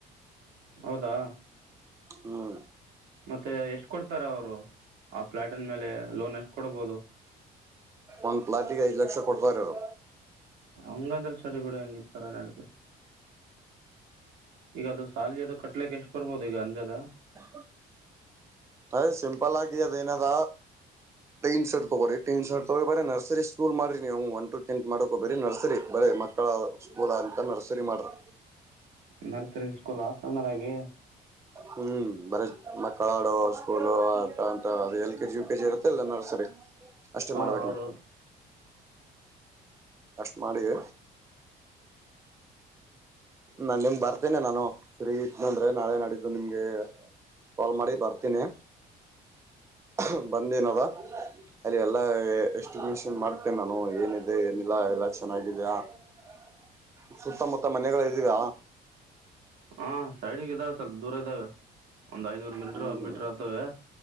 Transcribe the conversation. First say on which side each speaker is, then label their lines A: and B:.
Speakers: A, on the right; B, on the right.
A: ಹೌದಾ
B: ಹ್ಮ್
A: ಮತ್ತೆ ಎಷ್ಟ್ ಕೊಡ್ತಾರೆ ಅವರು ಆ ಪ್ಲಾಟ್ನ್ ಮೇಲೆ ಲೋನ್ ಎಷ್ಟ್ ಕೊಡಬಹುದು
B: ಒಂದ್ ಪ್ಲಾಟ್ಗೆ ಐ್ ಲಕ್ಷ ಕೊಡ್ತಾರರು
A: ಹಂಗಂದ್ರೆ ಚಳ ಬಿಡಿ ಹಂಗಿತರ ನಡ್ದ ಈಗ ಅದು ಸಾಲಿ ಅದು ಕಟ್ಲಿಕ್ಕೆ ಎಷ್ಟು ಬರ್ಬೋದು ಈಗ ಅಂಜದ
B: ಹ ಹ ಸಿಂಪಲ್ ಆಗ ದಿನದ ಟೀನ್ ಶರ್ ತಗೋಿ ಟೀನ್ ಶರ್ ತಗೋಿ ಬರ ನರ್ರಿ ಸ್ಕೂಲ್ ಮಾಡಿರಿ ನೀವು ಒ ಟ ಟೆತ್ ಮಾಡಕ ಬರರಿ ನಸರಿ ಬರ ಮ ಮಕ್ಕಳ ಸ್ಕೂಲಂತನ್ನ ಸರಿ ಮಾಡರು
A: ನರ್ಸರಿ ಸ್ಕೂಲ್ ಸಣ್ಣದಾಗಿ
B: ಹ್ಮ್ ಬರ ಮಕ್ಕಳ ಆಡೋ ಸ್ಕೂಲ್ ಆಟ ಅಂತ ಅದ ಎಲ್ ಕೆಜಿ ಯು ಕೆಜಿ ಇರತ್ತಲ್ಲ ನರ್ಸ್ರಿ ಅಷ್ಟೇ
A: ಹಾ
B: ಮಾಡ್ಬೇಕ
A: ಹೌದೌದು
B: ನೀವು ಅಷ್ಟ ಮಾಡಿಯ ನಾನ್ ನಿಮ್ ಬರ್ತೇನೆ ನಾನು ಫ್ರೀಇದ್ನ ಅಂದ್ರೆ ನಾಳೆ ನಡಿದ್ದು ನಿಮ್ಗೆ. ಕಾಲ್ ಮಾಡಿ ಬರ್ತೀನಿ <unintelligible> ಬಂದೇನವ ಅಲ್ಲಿ ಎಲ್ಲ ಎಷ್ಟಟ್ರಿಗ್ಯೂಷನ್ ಮಾಡ್ತೇನೆ ನಾನು ಏನಿದೆ ಏನಿಲ್ಲ ಎಲ್ಲ ಚೆನ್ನಾಗಿದೆಯಾ. <inaudible> ಸುತ್ತಮುತ್ತ ಮನೆಗಳು ಇದಿಯ್
A: ಹ ಸೈಡಿಗೆ ಇದ್ದಾವೆ ಸ್ವಲ್ಪ ದೂರ ಇದ್ದಾವೆ ಒಂದ್ ಐನೂರು ಮೀಟರ್
B: ಹ್ಮ್
A: ಮೀಟ್ರ ಅಕ್ಕವೇ